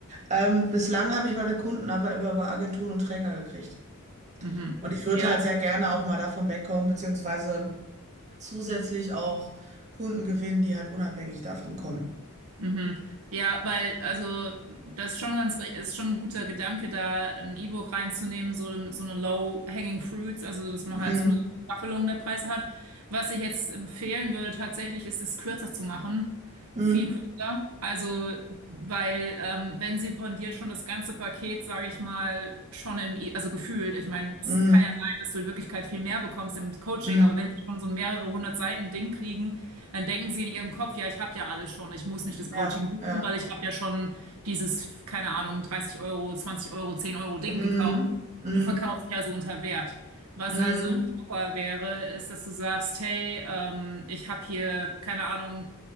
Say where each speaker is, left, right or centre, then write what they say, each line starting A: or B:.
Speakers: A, on the right; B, on the right.
A: Ähm, bislang habe ich meine Kunden aber immer über Agenturen und Träger gekriegt.
B: Mhm.
A: Und ich würde
B: Ja.
A: halt sehr gerne auch mal davon wegkommen, beziehungsweise zusätzlich auch Kunden gewinnen, die halt unabhängig davon kommen.
B: Mhm. Ja, weil, also, das ist schon ganz, re- ist schon ein guter Gedanke, da ein E-Book reinzunehmen, so, so eine Low-Hanging Fruits, also, dass man
A: Mhm.
B: halt so eine Staffelung der Preise hat. Was ich jetzt empfehlen würde, tatsächlich, ist es kürzer zu machen.
A: Mhm.
B: Viel kürzer. Also, weil, ähm, wenn sie von dir schon das ganze Paket, sage ich mal, schon im, E- also gefühlt, ich meine, es
A: Mhm.
B: kann ja sein, dass du in Wirklichkeit viel mehr bekommst im Coaching,
A: Mhm.
B: aber wenn sie schon so ein mehrere hundert Seiten Ding kriegen, dann denken sie in ihrem Kopf, ja, ich habe ja alles schon, ich muss nicht das
A: Ja,
B: Coaching buchen,
A: ja.
B: weil ich habe ja schon dieses, keine Ahnung, 30 Euro, 20 Euro, 10 Euro Ding
A: Mhm.
B: gekauft.
A: Mhm.
B: Du verkaufst dich also unter Wert. Was
A: Mhm.
B: also schlauer wäre, ist, dass du sagst, hey, ähm, ich habe hier, keine Ahnung,